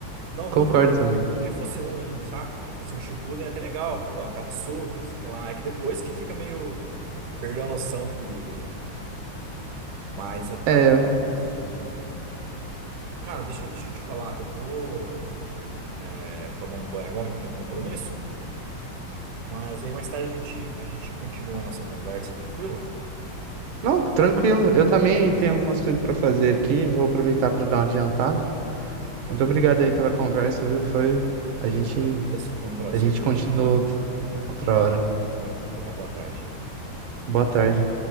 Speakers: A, on the right; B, on the right.
A: Não,
B: concordo
A: não tô dizendo que
B: também.
A: o Shippuden fosse ruim, saca? Tipo assim, o Shippuden é até legal, o Akatsuki, não sei o que lá. É que depois que fica meio... Perdeu a noção do perigo ali. Mas até
B: É,
A: o... Possível. Cara, deixa eu, deixa eu te falar, eu vou é, tomar um banho agora que eu tenho um compromisso, mas aí mais tarde a gente, a gente continua a nossa conversa, tranquilo?
B: não, tranquilo, eu também tenho algumas coisas pra fazer aqui, vou aproveitar pra dar um adiantado.
A: Tranquilo.
B: Muito obrigado aí pela conversa, viu? Foi, a
A: Eu
B: gente
A: que agradeço, foi um prazer.
B: A gente continua
A: Então, uma...
B: outra outra hora.
A: Tranquilo, tenha uma boa tarde aí.
B: Boa tarde.